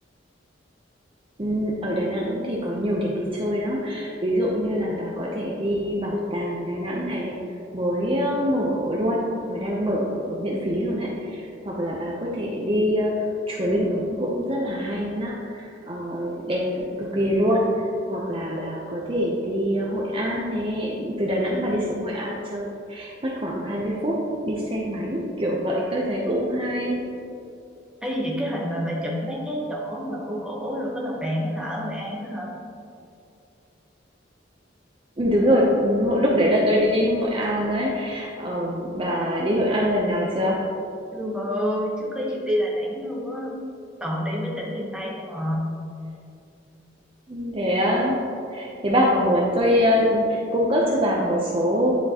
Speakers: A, on the right (about 30°); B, in the centre.
A: Ừm, ở Đà Nẵng thì có nhiều điểm đi chơi lắm. Ví dụ như là bà có thể đi Bảo tàng Đà Nẵng này, mới, ơ, mở luôn, mà đang mở miễn phí luôn đấy Hoặc là bà có thể đi, ơ, chùa Linh Ứng cũng rất là hay nhá, ờ, đẹp cực kỳ luôn. Hoặc là bà có thể đi, ơ, Hội An này từ Đà Nẵng bà đi xuống Hội An chơi mất khoảng 20 phút đi xe máy, kiểu vậy. Tôi thấy cũng hay.
B: Ê, vậy cái hình mà bà chụp mấy cái chỗ mà cổ cổ rồi có lồng đèn đó là ở Hội An đó hả?
A: Ừm, đúng rồi, hồi lúc đấy là tôi đi Hội An đấy. Ờ, bà đi Hội An lần nào chưa?
B: Chưa bà ơi, chưa có dịp đi Đà Nẵng luôn á. Toàn đi mấy tỉnh miền Tây không à.
A: Ừ, thế á, thế bà có muốn tôi, ơ, cung cấp cho bà một số